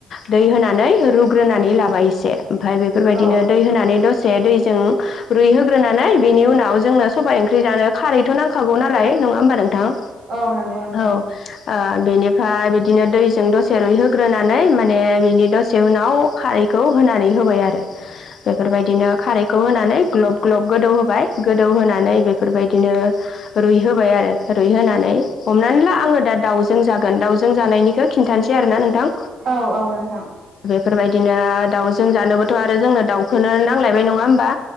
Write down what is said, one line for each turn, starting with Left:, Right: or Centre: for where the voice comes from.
Left: दै होनानै रुगायो होग्रोनानै लाबाय एसे ओमफ्राय बेफोरबायदिनो
Right: औ
Left: दै होनानै दसे दैजों रुइहोग्रोनानै बेनि उनाव जोंनो सबाय ओंख्रि जानो खारैथ' नांखागौ नालाय नङा होमबा नोंथां औ
Right: औ नंगौ नोंथां
Left: ओह बेनिफ्राय बिदिनो दैजों दसे रुइहोग्रोनानै माने बिनि दसे उनाव आव खारैखौ होनानै होबाय आरो बेफोरबायदिनो खारै खौ होनानै ग्लब ग्लब गोदौ होबाय गोदौ होनानै बेफोरबायदिनो रुइ होबाय आरो रुइहोनानै हमनानै ला आङो दा दाउजों जागोन दाउजों जानायनिखौ खिन्थानोसै आरोना नोंथां।
Right: औ औ नोंथां।
Left: फोरबायदिनो दाउजों जानोबाथ' आरो जोंनो दाउखोनो नांलायबाय नङा होमबा।